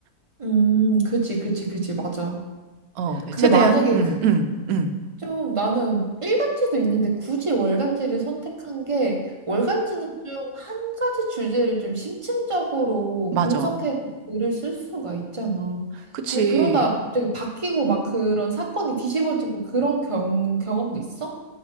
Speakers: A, on the right; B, on the right.
A: 음, 그지, 그지, 그지, 맞아.
B: 어
A: 근데
B: 최대한
A: 만약에
B: 응응응어
A: 그- 좀 나는 일간지도 있는데 굳이 월간지를 선택한 게 월간지는 좀 한 가지 주제를 좀 심층적으로
B: 맞아
A: 분석해서 글을 쓸 수가 있잖아.
B: 그치.
A: 근데 그러다 갑자기 바뀌고 막 그런 사건이 뒤집어지고 그런 경, 경험도 있어?